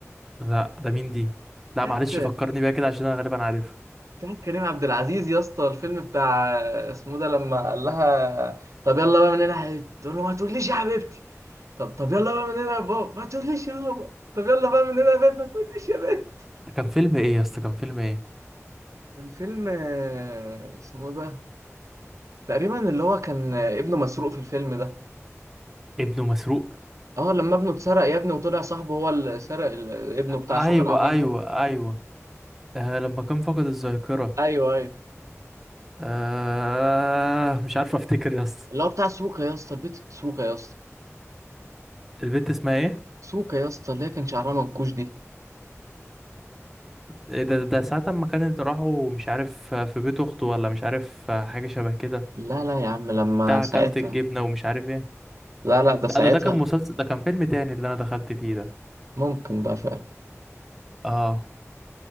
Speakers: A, in the centre; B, on the right.
A: لا ده مين دي لا
B: هات
A: معلش فكرني بيها كده عشان انا غالبا عارفها
B: هات كريم عبد العزيز يا اسطى الفيلم بتاع اسمه ده لما قال لها طب يلا بقى من هنا يا حبيبتي تقول له ما تقوليش يا حبيبتي طب طب يلا بقى من هنا يا بابا ما تقوليش يا بابا طب يلا بقى من هنا يا بنت ما تقوليش يا بنت
A: ده كان فيلم ايه يا اسطى كان فيلم ايه
B: كان فيلم آه، اسمه ده تقريبا اللي هو كان آه، ابنه مسروق في الفيلم ده
A: ابنه مسروق
B: اه لما ابنه اتسرق يا ابني وطلع صاحبه هو اللي سرق ال- ابنه بتاع
A: ايوه
B: سوكا العبيط
A: ايوه
B: ده
A: ايوه آه لما كان فقد الذاكرة
B: ايوه ايوه
A: آه مش عارف افتكر يا اسطى
B: اللي هو بتاع سوكا يا اسطى البيت سوكا يا اسطى
A: البنت اسمها ايه
B: سوكا يا اسطى اللي هي كان شعرها منكوش دي
A: ايه ده ده ساعة ما كانت راحوا مش عارف في بيت اخته ولا مش عارف حاجة شبه كده
B: لا لا يا عم لما
A: بتاع
B: ساعتها
A: اكلت الجبنة ومش عارف ايه
B: لا لا ده
A: لا
B: ساعتها
A: ده ده كان مسلسل ده كان فيلم تاني اللي انا دخلت فيه ده
B: ممكن بقى فعلا
A: اه